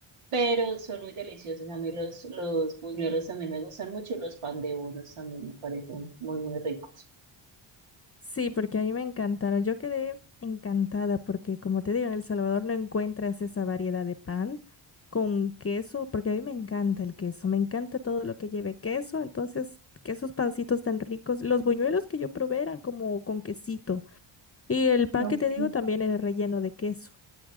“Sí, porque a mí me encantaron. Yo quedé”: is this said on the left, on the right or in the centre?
Left